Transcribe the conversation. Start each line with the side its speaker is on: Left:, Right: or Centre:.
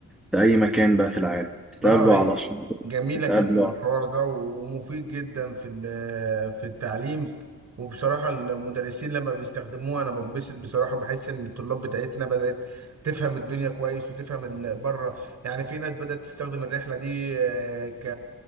Centre: في أي مكان بقى في العالم تتقابلوا
Right: اه هي
Centre: على ش...
Right: جميلة
Centre: تتقابلوا
Right: جدا الحوار
Centre: على...
Right: ده و- ومفيد جدا في ال- في التعليم وبصراحة المدرسين لما بيستخدموها أنا ببسط بصراحة بحس إن الطلاب بتاعتنا بدأت تفهم الدنيا كويس وتفهم ال- بره يعني في ناس بدأت تستخدم الرحلة دي آه، ك